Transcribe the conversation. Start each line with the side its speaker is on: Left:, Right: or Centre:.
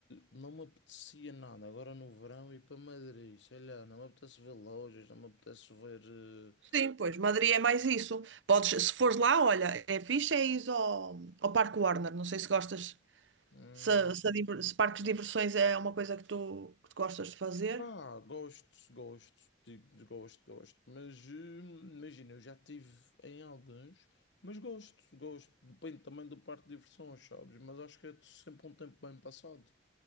Left: não me apetecia nada, agora no verão ir para Madrid, sei lá, não me apetece ver lojas, não me apetece ver. eh,
Right: Sim, pois, Madrid é mais isso. Podes, se fores lá, olha, é fixe, é ir ao, ao Parque Warner. Não sei se gostas,
Left: hum,
Right: se, se, a diver- se parques de diversões é uma coisa que tu, que tu gostas de fazer.
Left: Ah, gosto, gosto, digo, gosto, gosto, mas hum, imagina, eu já tive em alguns, mas gosto, gosto, depende também do parque de diversões, sabes? Mas acho que é sempre um tempo bem passado,